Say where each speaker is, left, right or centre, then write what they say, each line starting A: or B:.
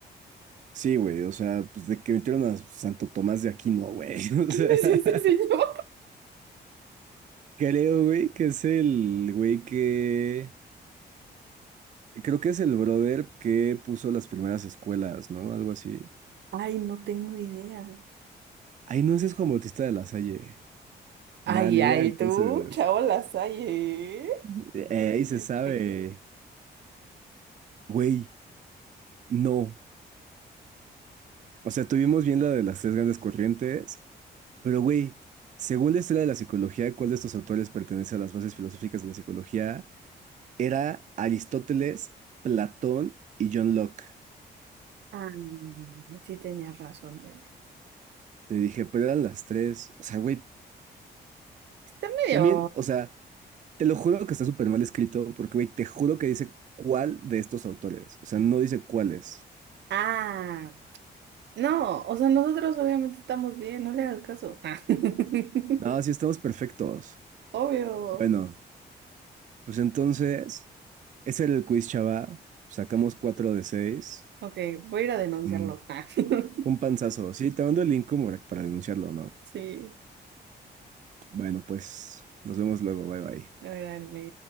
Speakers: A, on the right (about 45°); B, on the right (about 75°).
A: sí, güey. O sea, pues de que metieron a Santo Tomás de Aquino, güey. <laughs>
B: <laughs> ¿Quién
A: O sea.
B: es ese señor?
A: Creo, güey, que es el güey que... Creo que es el brother que puso las primeras escuelas, ¿no? Algo así.
B: <laughs> Ay, no tengo idea.
A: Ay, no, ese es Juan Bautista de la Salle. Nada,
B: Ay,
A: ni idea,
B: ay,
A: entonces...
B: tú, chao, las hay, ¿eh?
A: <laughs> eh,
B: ¿Tú dijiste?
A: Ahí se sabe. Güey, no. O sea, tuvimos bien la de las tres grandes corrientes, pero güey, según la historia de la psicología, ¿cuál de estos autores pertenece a las bases filosóficas de la psicología? Era Aristóteles, Platón y John Locke.
B: Ah, sí tenías razón, bebé.
A: Te dije, pero eran las tres. O sea, güey,
B: Está medio...
A: también, o sea... Te lo juro que está súper mal escrito, porque, güey, te juro que dice cuál de estos autores. O sea, no dice cuáles.
B: Ah. No, o sea, nosotros obviamente estamos bien, no le hagas caso. <laughs>
A: No, sí estamos perfectos.
B: Obvio.
A: Bueno, pues entonces, ese era el quiz, chava. Sacamos cuatro de seis.
B: Ok, voy a ir a denunciarlo.
A: Mm,
B: <laughs>
A: un panzazo. Sí, te mando el link como para para denunciarlo, ¿no?
B: Sí,
A: Bueno, pues nos vemos luego. Bye bye.
B: órale.